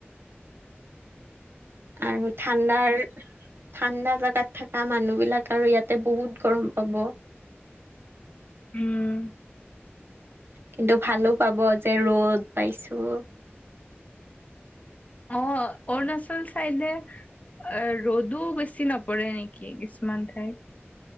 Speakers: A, on the right; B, on the left.
A: আৰু ঠাণ্ডাৰ ঠাণ্ডা জাগাত থকা মানুহ বিলাক আৰু ইয়াতে বহুত গৰম পাব
B: উম,
A: কিন্তু ভালো পাব যে ৰ'দ পাইছোঁ।
B: অ', অৰুণাচল চাইডে এ ৰ'দো বেছি নপৰে নেকি কিছুমান ঠাইত?